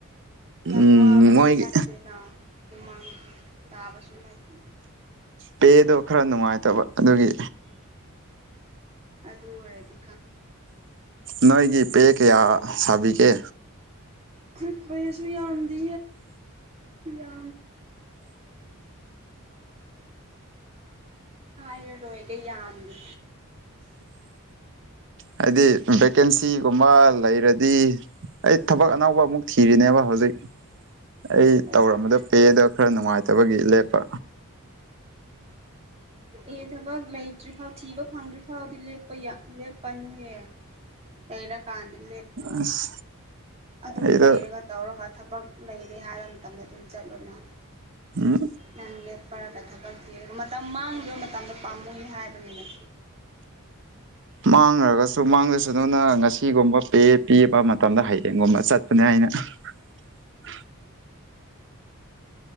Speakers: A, on the right; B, on the right.
A: ꯎꯝ
B: ꯌꯥꯝ ꯋꯥꯕꯁꯨ
A: ꯃꯣꯏꯒꯤ
B: ꯅꯠꯇꯦꯅ ꯎꯃꯪ ꯇꯥꯕꯁꯨ ꯅꯠꯇꯦꯅ
A: ꯄꯦꯗꯣ ꯈꯔ ꯅꯨꯡꯉꯥꯏꯇꯕ ꯑꯗꯨꯒꯤ
B: ꯑꯗꯔꯦꯗꯤ
A: ꯅꯣꯏꯒꯤ ꯄ ꯀ ꯌꯥ ꯁꯕꯤꯒꯦ
B: ꯐꯔꯤꯄꯦꯁꯕꯤ ꯌꯥꯝꯗꯤ ꯌꯥ ꯍ ꯏ ꯇꯣ ꯀꯩ ꯌꯥꯝꯗ
A: ꯍꯥꯏꯗꯤ ꯚꯦꯀꯦꯟꯁꯤꯒꯨꯝꯕ ꯂꯩꯔꯗꯤ ꯑꯩ ꯊꯕꯛ ꯑꯅꯧꯕ ꯑꯃꯨꯛ ꯊꯤꯔꯤꯅꯦꯕ ꯍꯧꯖꯤꯛ ꯑꯩ
B: ꯑꯣ
A: ꯇꯧꯔꯝꯕꯗꯣ ꯄꯦꯗ ꯈꯔ ꯅꯨꯡꯉꯥꯏꯇꯕꯒꯤ ꯂꯦꯞꯄ
B: ꯑꯦ ꯊꯕꯛ ꯂꯩꯇ꯭ꯔꯤꯐꯥꯎ ꯊꯤꯕ ꯐꯪꯗ꯭ꯔꯤꯐꯥꯎꯗꯤ ꯂꯞꯄ ꯂꯦꯞꯄꯅꯨꯍꯦ ꯇꯩꯔ ꯀꯥꯥꯟꯗꯜ ꯂ ꯄꯨꯋꯥ
A: ꯑꯁ
B: ꯑꯗꯨꯝ
A: ꯑꯩꯗ
B: ꯂꯩꯔꯒ ꯇꯧꯔꯒ ꯊꯕꯛ ꯂꯩꯔꯦ ꯍꯥꯏꯕ ꯃꯇꯝꯗ ꯑꯗꯨꯝ ꯆꯠꯂꯨꯅ
A: ꯎꯝ
B: ꯅꯪ ꯂꯦꯞꯄꯔ ꯀꯊꯥ ꯤ ꯑꯗꯨꯒ ꯃꯇꯝ ꯃꯥꯡꯗꯕ ꯃꯇꯝꯗ ꯄꯥꯝꯃꯨꯅꯤ ꯍꯥꯏꯕꯅꯤꯗ
A: ꯃꯥꯡꯈ꯭ꯔꯒꯁꯨ ꯃꯥꯡꯗꯁꯨ ꯑꯗꯨꯨꯅ ꯉꯁꯤꯒꯨꯝꯕ ꯄꯤꯕ ꯃꯇꯝꯗ ꯍꯌꯦꯌꯦꯡꯒꯨꯝꯕ ꯆꯠꯄꯅꯦ ꯍꯥꯏꯅ <unintelligible>